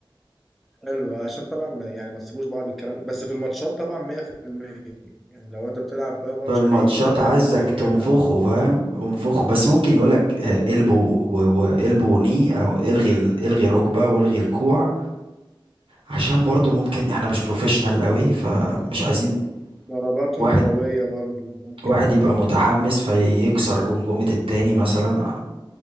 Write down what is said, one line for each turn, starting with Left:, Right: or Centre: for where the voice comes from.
Centre: حلو عشان طبعا ما- يعني ما تسيبوش بعض الكلام بس في الماتشات طبعا 100% يعني لو انت بتلعب بقى ماتش
Right: في الماتشات
Centre: حقيقي انت 100%
Right: عايزك تنفخه
Centre: جايب اخر
Right: فاهم انفخه بس ممكن يقولك آه، البو والبو ني او الغي ال- الغي الركبه والغي الكوع عشان برضو ممكن احنا مش بروفيشنال قوي فمش عايزين
Centre: ضرباتهم
Right: واحد
Centre: قويه برضو ممكن
Right: واحد
Centre: اه
Right: يبقى متحمس فيكسر جمجمه التاني مثلا